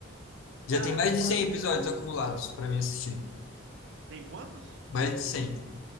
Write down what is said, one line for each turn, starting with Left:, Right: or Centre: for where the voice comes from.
Left: Já
Right: cara,
Left: tem mais
Right: eu
Left: de
Right: às
Left: 100 episódios
Right: vezes.
Left: acumulados pra mim assistir.
Right: Tem quantos?
Left: Mais de 100.